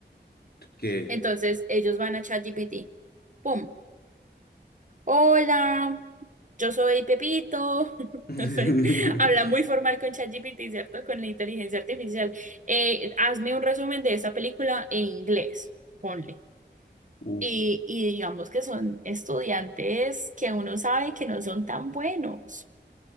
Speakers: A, on the left (about 55°); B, on the right (about 45°).
A: ¿Qué?
B: Entonces, ellos van a ChatGPT. ¡Pum! Hola, yo soy Pepito. <laughs>
A: <laughs>
B: No sé, habla muy formal con ChatGPT, ¿cierto? Con la inteligencia artificial. Eh, hazme un resumen de esta película en inglés, ponle.
A: uh,
B: Y, y digamos que son estudiantes que uno sabe que no son tan buenos